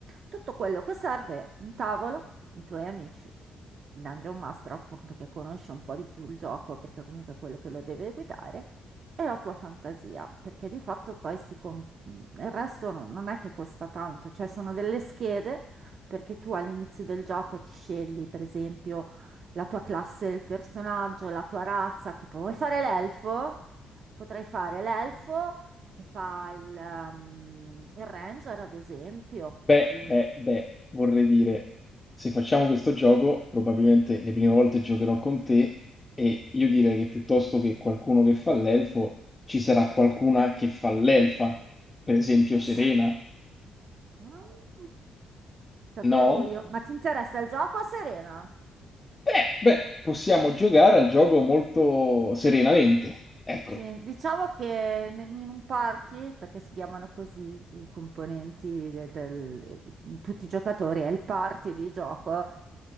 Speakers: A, on the right; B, on the left.
A: Tutto quello che serve è un tavolo, i tuoi amici, il Dungeon Master, appunto, che conosce un po' di più il gioco, perché comunque è quello che lo deve guidare, e la tua fantasia, perché di fatto poi si... com- mm, il resto non non è che costa tanto, cioè sono delle schede perché tu all'inizio del gioco ti scegli, per esempio, la tua classe del personaggio, la tua razza, tipo vuoi fare l'elfo? Potrai fare l'elfo che fa il, ehm, il ranger, ad esempio.
B: Beh,
A: Il-
B: beh, beh, vorrei dire, se facciamo questo gioco, probabilmente le prime volte giocherò con te e io direi che piuttosto che qualcuno che fa l'elfo, ci sarà qualcuna che fa l'elfa, per esempio
A: ci
B: Serena.
A: sa- Ah, <laughs> Sapevo
B: No?
A: io. Ma ti interessa il gioco, Serena?
B: Beh, beh, possiamo giocare al gioco molto serenamente. Eccolo,
A: Sì, diciamo che ne- in un party, perché si chiamano così i componenti de- del, tutti i giocatori, è il party di gioco,